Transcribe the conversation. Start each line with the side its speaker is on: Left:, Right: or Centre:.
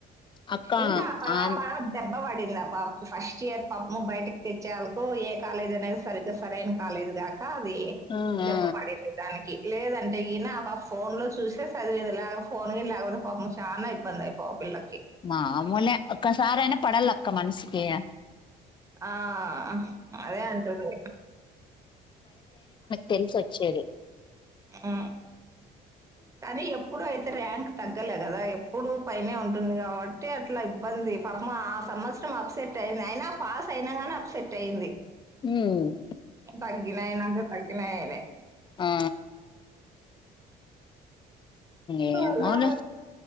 Left: అక్క
Right: ఇంకా ప
Left: ఆన్
Right: ప దేబ్ పాప పడింద ఆపాపకు ఫస్ట్ ఇయర్ పాపము బయటికి తెచ్చేందుకు ఏ కాలేజ్ అనేది సరిగ్గా సరైన కాలేజీ కాక అది
Left: ఆ
Right: దెబ్బ
Left: ఆ
Right: పడింది దానికి లేదంటే ఈన ఆ పాప ఫోన్ లో చూసే చదివింది లేక ఫోన్ గిన లేకపోతే పాపం చానా ఇబ్బంది అయి పో పిల్లకి
Left: మామూలే ఒక్కసారి అయినా పడాలక్క మని కీయ
Right: ఆ ఆహా అదే అంటది
Left: తెలిసొచ్చేది
Right: ఆ కానీ ఎప్పుడు అయితే ర్యాంక్ తగ్గలే కదా ఎప్పుడు పైనే ఉంటుంది కాబట్టి అట్లా ఇబ్బంది పాపం ఆ సంవత్సరం అప్సెట్ అయింది అయినా పాస్ అయినా కానీ అప్సెట్ అయింది.
Left: హ్మ్
Right: బగ్గినయనా అంటే బగ్గినయనే
Left: ఆ ఏమో
Right: అలా
Left: లే